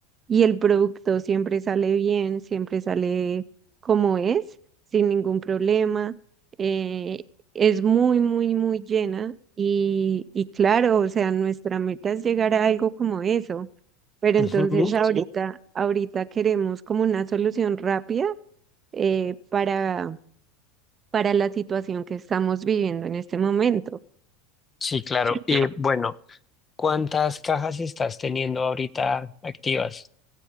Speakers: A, on the right; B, on the left.
A: y el producto siempre sale bien, siempre sale como es, sin ningún problema. eh, es muy, muy, muy llena y, y claro, o sea, nuestra meta es llegar a algo como eso, pero
B: <laughs>
A: entonces Ujú. ahorita, ahorita queremos como una solución rápida eh, para, para la situación que estamos viviendo en este momento.
B: Sí, claro. Eh,
A: Claro.
B: bueno, ¿cuántas cajas estás teniendo ahorita activas?